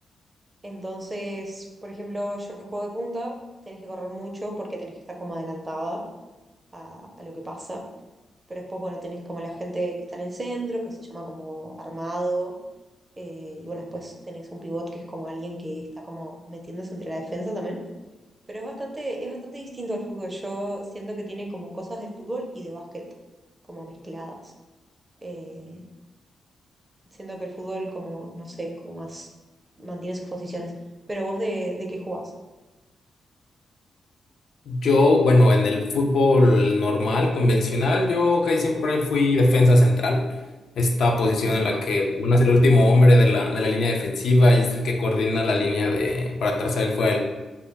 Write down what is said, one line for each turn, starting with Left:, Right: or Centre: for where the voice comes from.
Right: Entonces, por ejemplo, yo que juego de punta, tenés que correr mucho porque tenés que estar como adelantada a, a lo que pasa. Pero después, bueno, tenés como la gente que está en el centro, que se llama como armado. eh, y bueno, después tenés un pivot que es como alguien que está como metiéndose entre la defensa también pero es bastante, es bastante distinto al fútbol. Yo siento que tiene como cosas de fútbol y de básquet, como mezcladas. Eh, siento que el fútbol, como, no sé, es como más, mantiene sus posiciones. Pero vos de, de qué jugás?
Left: Yo, bueno, en el fútbol normal, convencional, yo casi siempre fui defensa central. Esta posición
Right: Ah, mira.
Left: en
Right: Stop.
Left: la que uno es el último hombre de la, de la línea defensiva y es el que coordina la línea de, para trazar el fuera